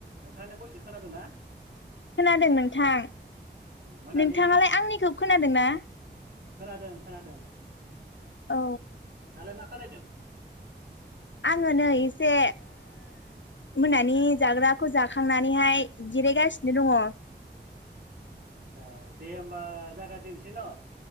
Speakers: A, on the right (about 60°); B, on the left (about 80°).
A: नोंथाङानो बयसखौ खोनादों ना
B: खोनादों नोंथां
A: मोनानि
B: नोंथाङालाय आंनिखौ खोनादों ना
A: खोनादों खोनादों
B: औ
A: दालाय मा खालायदों
B: आङो नै एसे मोनानि जाग्राखौ जाखांनानैहाय जिरायगासिनो दङ
A: आसा दे होमबा जागायजेनसै ना?